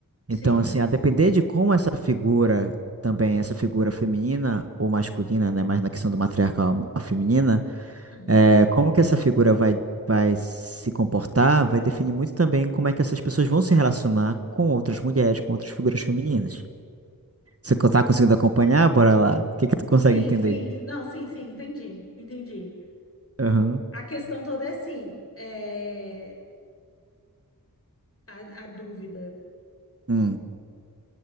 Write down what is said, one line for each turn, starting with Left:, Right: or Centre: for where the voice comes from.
Right: Então,
Left: sim,
Right: assim, a depender de como essa figura, também essa figura feminina ou masculina, né? Mas na questão do matriarcal, a feminina.
Left: uhum,
Right: É, como que essa figura vai, vai se comportar vai definir muito também como é que essas pessoas vão se relacionar com outras mulheres, com outras figuras femininas. Você co- tá conseguindo acompanhar? Bora lá. O que que tu consegue
Left: sim,
Right: entender?
Left: sim, não, sim, sim, entendi, entendi.
Right: Aham.
Left: A questão toda é assim, é, a, a dúvida,
Right: Hum.